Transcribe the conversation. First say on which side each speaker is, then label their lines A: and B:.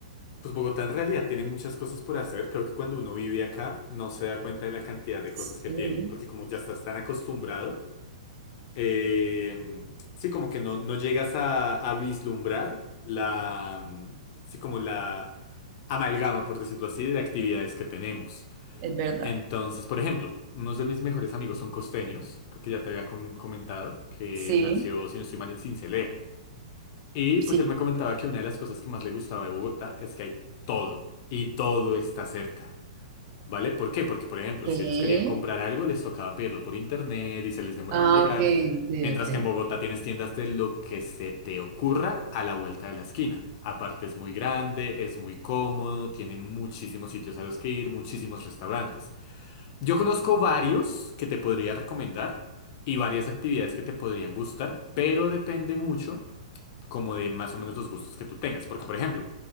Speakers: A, on the left; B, on the right.
A: Pues Bogotá en realidad tiene muchas cosas por hacer. Creo que cuando uno vive acá no se da cuenta de la cantidad de cosas
B: Sí,
A: que tiene, porque como ya estás tan acostumbrado, eh, sí, como que no, no llegas a, a vislumbrar la... mm, Sí, como la amalgama, por decirlo así, de actividades que tenemos.
B: es verdad.
A: Entonces, por ejemplo, unos de mis mejores amigos son costeños, creo que ya te había com- comentado, que
B: Sí,
A: nació, si no estoy mal, en Sincelejo. Y
B: Sí.
A: pues él me comentaba que una de las cosas que más le gustaba de Bogotá es que hay todo, y todo está cerca, ¿vale? ¿Por qué? Porque, por ejemplo,
B: ¿Qué?
A: si ellos querían comprar algo, les tocaba pedirlo por internet y se les demoraba
B: ah,
A: en llegar,
B: ok, ok,
A: mientras
B: ok.
A: que en Bogotá tienes tiendas de lo que se te ocurra a la vuelta de la esquina. Aparte es muy grande, es muy cómodo, tiene muchísimos sitios a los que ir, muchísimos restaurantes. Yo conozco varios que te podría recomendar y varias actividades que te podrían gustar, pero depende mucho como de más o menos los gustos que tú tengas. Porque, por ejemplo,